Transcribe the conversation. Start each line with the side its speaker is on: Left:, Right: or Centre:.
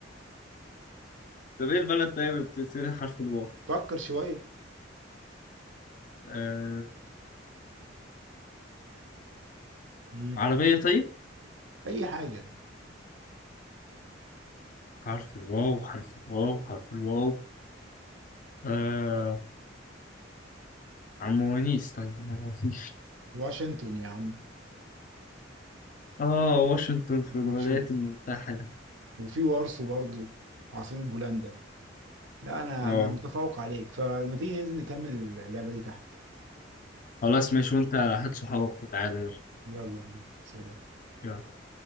Left: طب إيه البلد طيب اللي بتبتدي حرف الواو؟
Right: فكر شوية
Left: آه
Right: مم.
Left: عربية طيب؟
Right: اي حاجة
Left: حرف الواو حرف الواو حرف الواو آه عم ونيس طيب ما هو فيش
Right: واشنطن يا عم
Left: آه واشنطن في الولايات
Right: واشنطن
Left: المتحدة
Right: وفي وارسو برضو عاصمة بولندا لا انا
Left: آه
Right: انا متفوق عليك فلما تيجي ننزل نكمل اللعبة دي تحت
Left: خلاص ماشي وأنت هات صحابك وتعالى
Right: يلا بينا سلام
Left: نعم